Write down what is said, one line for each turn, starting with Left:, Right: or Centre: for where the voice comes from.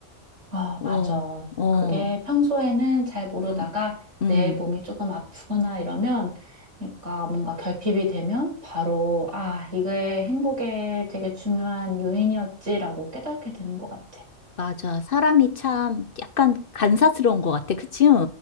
Right: 아,
Left: 어,
Right: 맞아.
Left: 어,
Right: 그게 평소에는 잘 모르다가
Left: 음, 음,
Right: 내 몸이 조금 아프거나 이러면, 그러니까 뭔가 결핍이 되면 바로, 아, 이게 행복에 되게 중요한 요인이었지라고 깨닫게 되는 것 같아.
Left: 맞아. 사람이 참 약간 간사스러운 것 같아, 그치?